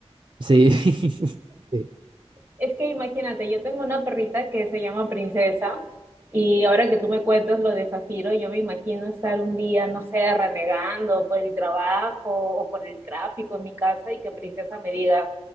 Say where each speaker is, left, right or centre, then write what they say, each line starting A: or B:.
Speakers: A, on the right; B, on the right.
A: Sí. <laughs> Sí.
B: Es que imagínate, yo tengo una perrita que se llama Princesa y ahora que tú me cuentas lo de Zafiro, yo me imagino estar un día, no sé, renegando por el trabajo o por el tráfico en mi casa y que Princesa me diga,